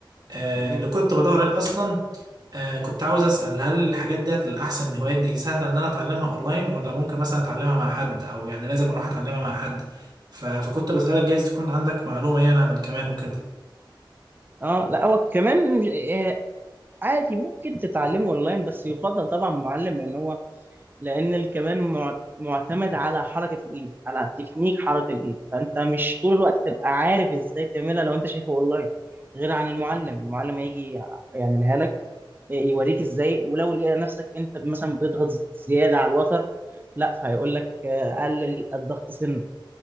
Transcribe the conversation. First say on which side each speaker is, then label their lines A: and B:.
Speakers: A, on the right; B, on the right.
A: آه
B: مم.
A: اللي كنت بدور عليه اصلا آه كنت عاوز اسال هل الحاجات ديت الاحسن الهوايات دي سهله ان انا اتعلمها اونلاين ولا ممكن مثلا اتعلمها مع حد او يعني لازم اروح اتعلمها مع حد ف- فكنت بسالك جايز تكون عندك معلومه يعني عن الكمان وكده
B: اه لا هو كمان مش- آه، عادي ممكن تتعلمه اونلاين بس يفضل طبعا معلم لان هو لان الكمان مع- معتمد على حركة الايد على تكنيك حركة الايد فانت مش طول الوقت تبقى عارف ازاي تعملها لو انت شايفه اونلاين غير عن المعلم المعلم هيجي يعملها لك يوريك ازاي ولو لقى نفسك انت مثلا بتضغط زياده على الوتر لا فهيقول لك آه، قلل الضغط سنه